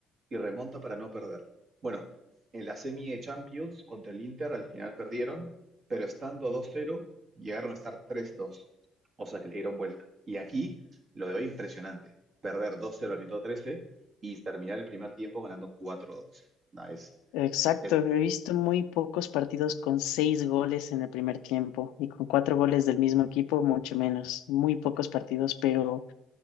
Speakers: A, on the right; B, on the left.
A: y remonta para no perder. Bueno, en la semi de Champions contra el Inter al final perdieron, pero estando 2-0 llegaron a estar 3-2, o sea que le dieron vuelta. Y aquí lo de hoy impresionante, perder 2-0 al minuto 13 y terminar el primer tiempo ganando 4-2. Nah, es,
B: Exacto,
A: es
B: he visto muy pocos partidos con seis goles en el primer tiempo y con cuatro goles del mismo equipo, mucho menos. Muy pocos partidos, pero